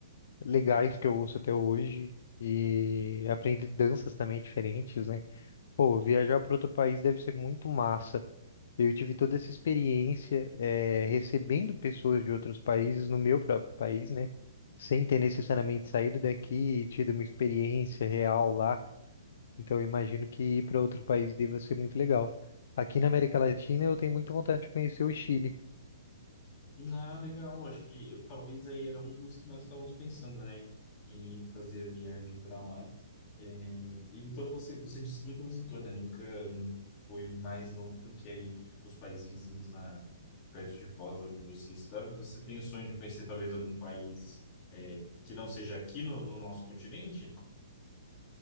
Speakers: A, on the left; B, on the left.
A: legais que eu ouço até hoje e aprendi danças também diferentes, né? Pô, viajar para outro país deve ser muito massa. Eu tive toda essa experiência, eh, recebendo pessoas de outros países no meu próprio país, né? Sem ter necessariamente saído daqui e tido uma experiência real lá. Então, eu imagino que ir para outro país deva ser muito legal. Aqui na América Latina, eu tenho muita vontade de conhecer o Chile.
B: Ah, legal. Acho que eu- talvez aí era um dos que nós estávamos pensando, né? Em fazer a viagem para lá. É, e então, você, você disse que nunca visitou, né? Nunca hum, foi mais longe do que aí os países vizinhos na perto de Foz, onde você está, e você tem o sonho de conhecer talvez algum país é, que não seja aqui no, no nosso continente?